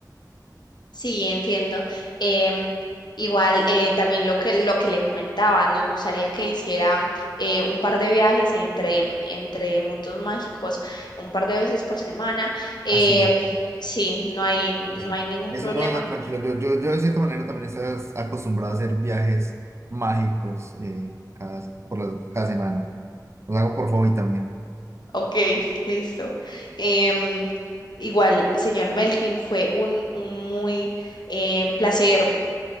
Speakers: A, on the left; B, on the right.
A: Sí, entiendo. Em, igual eh, también lo que lo que le comentaba, nos gustaría que hiciera eh, un par de viajes entre entre mundos mágicos, un par de veces por semana. Em,
B: ah sí sí
A: sí, no hay no
B: Eso,
A: hay ningún
B: eso
A: problema.
B: no, no, tranquila. Yo, yo, yo de cierta manera también estaba acostumbrado a hacer viajes mágicos eh, cada, por la- cada semana. Los hago por hobby también.
A: Ok, <laughs> listo. Em, igual, señor Melkin, fue un, un muy eh, placer